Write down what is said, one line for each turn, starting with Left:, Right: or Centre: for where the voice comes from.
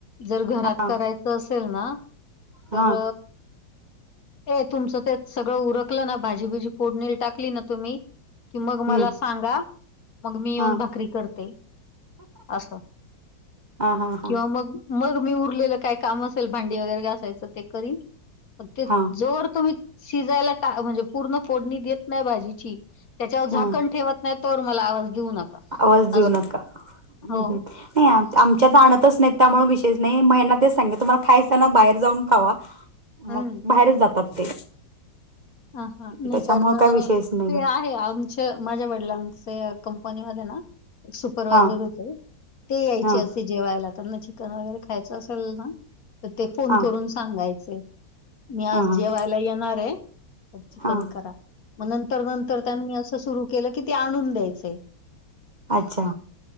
Left: जर, घरात
Right: हा
Left: कराय.. चं असेल ना,
Right: हा
Left: तर हे तुमचं ते सगळं उरकलं ना भाजीबिजी फोडणीला टाकली ना तुम्ही कि मग
Right: हम्म
Left: मला सांगा. मग मी येऊन
Right: हा
Left: भाकरी करते. असं
Right: हा हा हा
Left: किंवा मग मग मी उरलेलं काय काम असेल, भांडी वगैरे घासायचं ते करीन. अन् ते
Right: हा
Left: जोवर तुम्ही शिजायला टा म्हणजे पूर्ण फोडणी देत नाही भाजीची. त्याच्यावर झाकण
Right: हा
Left: ठेव... त नाही. तोवर मला आवाज देऊ नका.
Right: आवाज देऊ
Left: असं
Right: नका. नाही
Left: हो
Right: आमच्यात आणतच नाही. त्यामुळे विषयंच नाही. म यांना तेच सांगते. तुम्हाला खायचं ना! बाहेर जाऊन खावा.
Left: हम्म
Right: मग बाहेरच जातात ते.
Left: हा हा नाही
Right: त्याच्यामुळे
Left: कारण
Right: काय विषयच नाही
Left: ते आहे. आम च माझ्या वडिलांच कंपनी मध्ये ना सुपरवायझर
Right: हा
Left: होते. ते यायचे
Right: हा
Left: असे जेवायला त्यांना चिकन वगैरे खायचं असेल ना. तर, ते फोन
Right: हा
Left: करून सांगायचे. मी
Right: हा
Left: आज
Right: हा
Left: जेवायला येणारे. तर चिकन
Right: हा
Left: करा. मग नंतर नंतर त्यांनी असं सुरु केलं की ते आणून द्यायचे.
Right: अच्छा